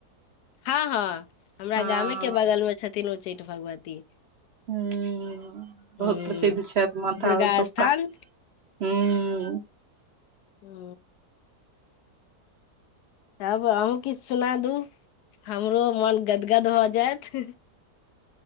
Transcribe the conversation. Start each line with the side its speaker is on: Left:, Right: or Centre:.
Left: हँ हँ हमरा
Right: हँ
Left: गामेके बगलमे छथिन उच्चैठ भगवती
Right: ह बहुत
Left: हूँ
Right: प्रसिद्ध छथि माता
Left: दुर्गा
Right: ओतुका
Left: स्थान
Right: हू
Left: हू तब अहूँ किछु सुना दू हमरो मन गदगद भ जैत